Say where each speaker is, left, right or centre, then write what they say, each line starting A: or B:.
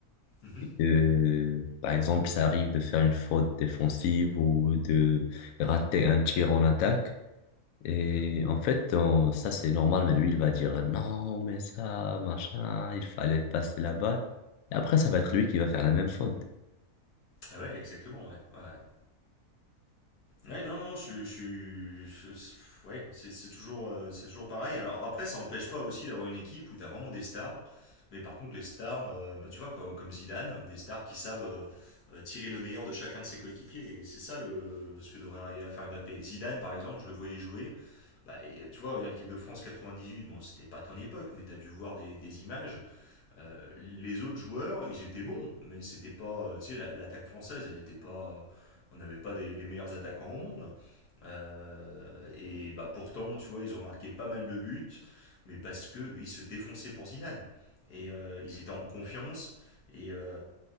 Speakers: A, on the left (about 85°); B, on the left (about 70°).
A: Mhm,
B: Et que, par exemple, ça arrive de faire une faute défensive ou de rater un tir en attaque. Et
A: mhm.
B: en fait, on- ça, c'est normal, mais lui, il va dire non, mais ça, machin, il fallait passer la balle. Et après, ça va être lui qui va faire la même faute.
A: Ah ouais, exactement, ouais. ouais, ouais. Ouais, non, non, je suis. Ouais, c'est c'est toujours, euh, c'est toujours pareil. Alors après, ça n'empêche pas aussi d'avoir une équipe où tu as vraiment des stars. Mais par contre, les stars, euh, bah, tu vois, comme, comme Zidane, des stars qui savent euh, euh, tirer le meilleur de chacun de ses coéquipiers. Et c'est ça le, ce que devrait arriver à faire Mbappé. Zidane, par exemple, je le voyais jouer. Bah, et, tu vois, regarde l'équipe de France 98. Bon, c'était pas ton époque, mais tu as dû voir des, des images. Euh, les autres joueurs, ils étaient bons. Mais c'était pas. euh, Tu sais, la- l'attaque française, elle n'était pas. On n'avait pas des, les meilleurs attaquants au monde. Euh, et bah pourtant, tu vois, ils ont marqué pas mal de buts, mais parce que ils se défonçaient pour Zidane. Et euh, ils étaient en confiance. Et, euh,